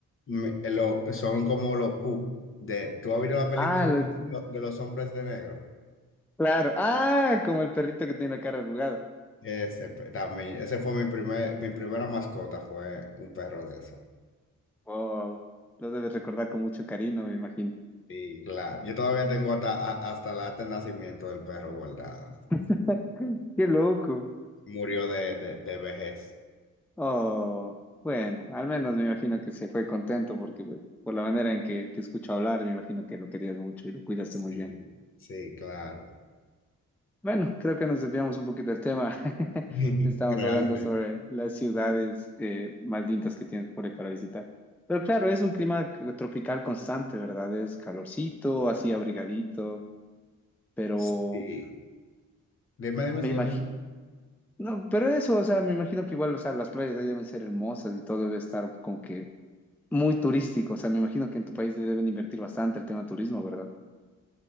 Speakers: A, on the left; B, in the centre.
A: Me- eh, lo- son como los pup. De, ¿tú has visto la película
B: Ah, los-
A: de lo- de los hombres de negro?
B: claro, ah, como el perrito que tiene la cara arrugada.
A: Ese, pe- también, ese fue mi primer, mi primera mascota, fue un perro de eso.
B: Wow, lo debes recordar con mucho cariño, me imagino.
A: Y claro, yo todavía tengo hasta, a- hasta la acta de nacimiento del perro guardada.
B: <laughs> Qué loco.
A: Murió de, de, de vejez.
B: Oh, bueno, al menos me imagino que se fue contento porque pues, por la manera en que te escucho hablar, me imagino que lo querías mucho y lo cuidaste
A: Sí,
B: muy bien.
A: sí, claro.
B: Bueno, creo que nos desviamos un poquito del tema. <laughs>
A: <laughs>
B: Estamos
A: Realmente.
B: hablando sobre las ciudades eh, más lindas que tienes por ahí para visitar. Pero claro, es un clima c- tropical constante, ¿verdad? Es calorcito, así abrigadito, pero
A: Sí. Dime, dime,
B: me
A: sígueme.
B: imagino, no, pero eso, o sea, me imagino que igual, o sea, las playas de ahí deben ser hermosas y todo debe estar como que muy turístico. O sea, me imagino que en tu país deben invertir bastante el tema turismo, ¿verdad?